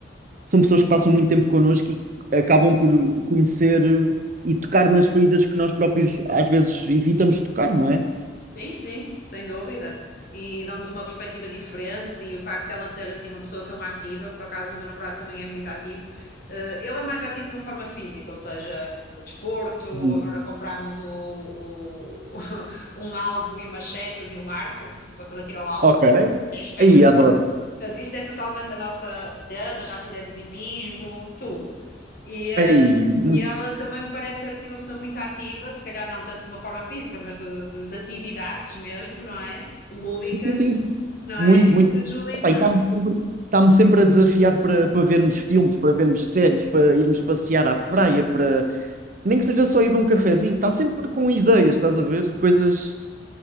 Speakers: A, on the right (about 45°); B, on the left (about 50°).
A: são pessoas que passam muito tempo connosco e acabam por conhecer e tocar nas feridas que nós próprios às vezes evitamos tocar, não é?
B: Sim, sim, sem dúvida. E dão-nos uma perspectiva diferente e o facto dela ser assim uma pessoa tão ativa, por acaso o meu namorado também é muito ativo. Eh, ele é mais ativo de uma forma física, ou seja, desporto,
A: Uhum.
B: agora comprámos o, o- <laughs> um alvo e umas setas e um arco para fazer tiro ao alvo.
A: Ok.
B: É espetacular.
A: Aí, adoro.
B: Portanto, isto é totalmente a nossa cena, já fizemos hipismo, tudo. E, eh,
A: Aí, muito,
B: e ela também me parece ser assim uma pessoa muito ativa, se calhar não tanto de uma forma física, mas de, de- de atividades mesmo, não é? Lúdicas,
A: sim, sim,
B: não
A: muito,
B: é? Isso
A: muito.
B: ajuda imenso.
A: Epá, E está-me sempre, está-me sempre a desafiar para, para vermos filmes, para vermos séries, para irmos passear à praia, para nem que seja só ir beber um cafezinho, está sempre com ideias, estás a ver? Coisas